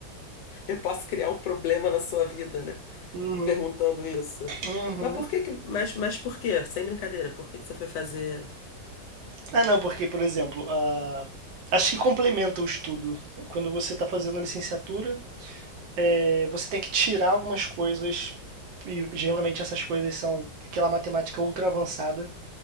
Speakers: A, on the left; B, on the right.
A: Eu posso criar um problema na sua vida, né?
B: Uhum,
A: Perguntando isso.
B: uhum.
A: Mas por que que... Mas, mas por quê? Sem brincadeira, por que que você foi fazer...
B: Ah, não, porque, por exemplo, a- acho que complementa o estudo. Quando você está fazendo a licenciatura, é, você tem que tirar algumas coisas, e geralmente essas coisas são aquela matemática ultra avançada,